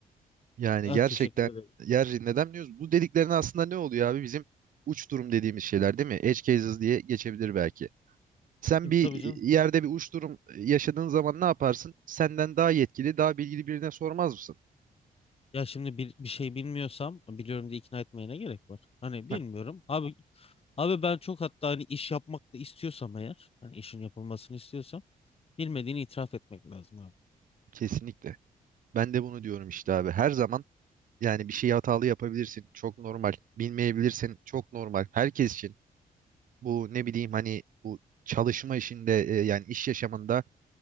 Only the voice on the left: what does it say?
Ha,
teşekkür ederim.
E,
tabii canım.
Ya şimdi bir, bir şey bilmiyorsam biliyorum diye ikna etmeye ne gerek var? Hani bilmiyorum.
Abi abi ben çok hatta hani iş yapmak da istiyorsam eğer hani işin yapılmasını istiyorsam Bilmediğini itiraf etmek lazım abi.